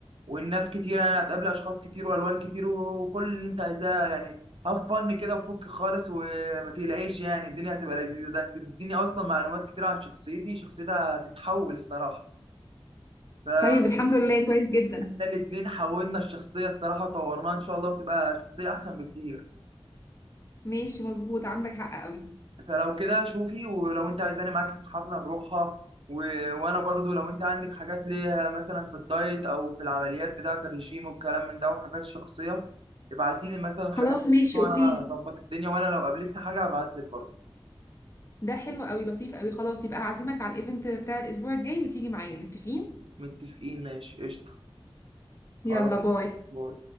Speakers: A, on the right (about 65°); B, on the left (about 30°).
A: والناس كتير يعني هتقابل اشخاص كتير والوان كتير وكل اللي انت عايزاه يعني هاف فن كده وفك خالص وما تقلقيش يعني الدنيا هتبقى لذيذه ده انت بتديني اصلا معلومات كتير عن شخصيتي شخصيتها هتتحول الصراحه فاحنا
B: طيب الحمد لله كويس جدا
A: الاتنين حولنا الشخصيه الصراحه وطورناها ان شاء الله وتبقى شخصيه احسن بكتير
B: ماشي مظبوط عندك حق قوي
A: فلو كده شوفي ولو انت عايزاني معاكي في الحفله نروحها و... وانا برضو لو انت عندك حاجات ليها مثلا في الدايت او في العمليات بتاعه الرجيم والكلام من ده وحاجات شخصيه ابعتي لي مثلا حاجات
B: خلاص ماشي
A: وانا
B: اوكي
A: هظبط الدنيا وانا لو قابلت حاجه هبعت لك برضو
B: ده حلو قوي لطيف قوي خلاص يبقى هعزمك على الايفنت بتاع الاسبوع الجاي وتيجي معايا متفقين
A: متفقين ماشي قشطه
B: يلا
A: خلاص
B: باي
A: باي.